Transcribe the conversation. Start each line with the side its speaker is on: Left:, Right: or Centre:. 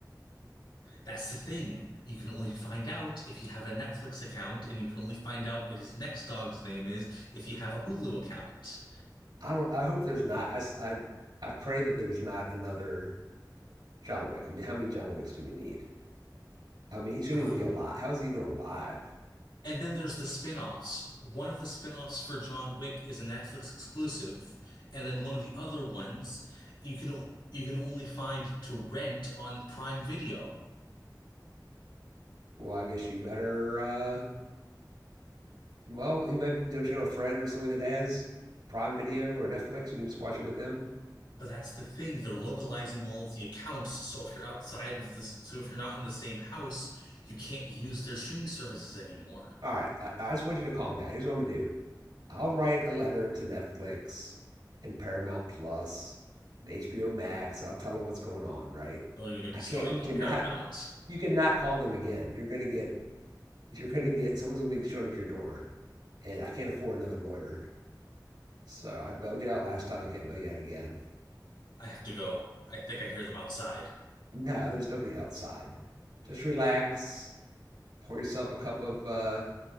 Left: That's the thing. You can only find out if you have a Netflix account, and you can only find out what his next dog's name is if you have a Hulu account.
Right: I don't. I hope there's not. I I I pray that there's not another John Wick. I mean, how many John Wicks do we need? I mean, he shouldn't
Left: Um,
Right: even be alive. How is he even alive?
Left: And then there's the spin-offs. One of the spin-offs for John Wick is a Netflix exclusive, and then one of the other ones you can o- you can only find to rent on Prime Video.
Right: Well, I guess you better uh, Well, you might don't you know a friend or somebody that has Prime Video or Netflix? You can just watch it with them.
Left: But that's the thing, they're localizing all of the accounts, so if you're outside of this, so if you're not in the same house, you can't use their streaming services anymore.
Right: All right, I, I just want you to calm down. Here's what I'm gonna do. I'll write a letter to Netflix and Paramount Plus and HBO Max. I'll tell them what's going on. Right?
Left: Don't even get me
Right: I
Left: started
Right: can't. You
Left: on
Right: cannot.
Left: Paramount.
Right: You cannot call them again. You're gonna get. You're gonna get. Someone's gonna be showing up at your door, and I can't afford another lawyer. So I bailed you out last time. I can't bail you out again.
Left: I have to go. I think I hear them outside.
Right: No, there's nobody outside. Just relax. Pour yourself a cup of uh,